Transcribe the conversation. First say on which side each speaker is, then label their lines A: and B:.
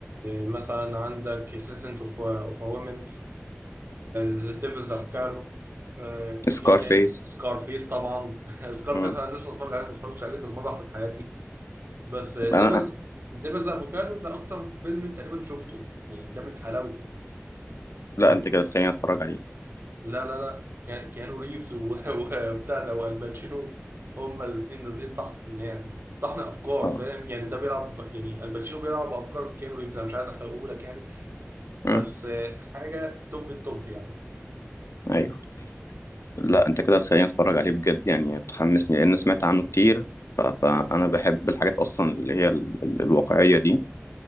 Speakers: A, on the right; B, on the left.
A: مثلا عندك سيسنت اوف وومن ذا ديفلز افوكادو آه، في
B: سكار
A: ايه تاني
B: فيس
A: سكارفيس طبعا <laughs> سكارفيس
B: مم.
A: انا لسه بتفرج عليه ما اتفرجتش عليه غير مره واحده في حياتي بس ديفلز
B: انا
A: ديفلز افوكادو ده اكتر فيلم تقريبا شفته يعني ده من حلاوته
B: لا
A: فاهمني
B: انت كده تخليني اتفرج عليه
A: لا لا لا كيا- كيانو ريفز و- <laughs> وبتاع ده والباتشينو هما الاثنين نازلين تحت يعني طحن افكار
B: اه
A: فاهم يعني ده بيلعب يعني الباتشينو بيلعب بافكار كيانو ريفز انا مش عايز احرقه لك يعني
B: مم.
A: بس آه، حاجة توب التوب يعني
B: ايوه لا انت كده تخليني اتفرج عليه بجد يعني بتحمسني لان سمعت عنه كتير ف... فانا بحب الحاجات اصلا اللي هي ال... ال... الواقعيه دي